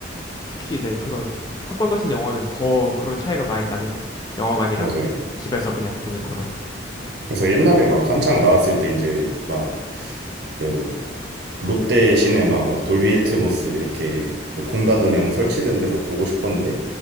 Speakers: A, on the left; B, on the right.
A: 특히 네 그런 탑건 같은 영화는 더 그런 차이가 많이 나는 것 같아요. 영화관이랑
B: 맞아요.
A: 집에서 그냥 보는 거랑.
B: 그래서 옛날에 막 한창 나왔을 때 이제 막 그 롯데 시네마 막 돌비 애트모스 이렇게 그 공간 음향 설치된 데서 보고 싶었는데